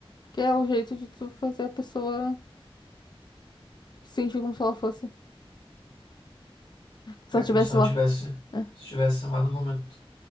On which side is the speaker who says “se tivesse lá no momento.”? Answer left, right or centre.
Left